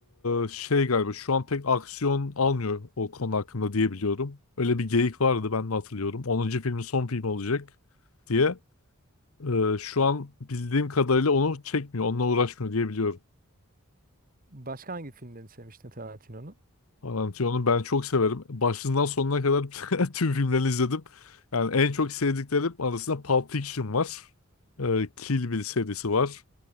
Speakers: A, on the left; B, on the right.
A: e, şey galiba şu an pek aksiyon almıyor o konu hakkında diye biliyorum. Öyle bir geyik vardı ben de hatırlıyorum. Onuncu filmin son filmi olacak diye. E, şu an bildiğim kadarıyla onu çekmiyor, onunla uğraşmıyor diye biliyorum.
B: Başka hangi filmlerini sevmiştin Tarantino'nun?
A: Tarantino'nun ben çok severim. Başından sonuna kadar <laughs> tüm filmlerini izledim. Yani en çok sevdiklerim arasında Pulp Fiction var. E, Kill Bill serisi var.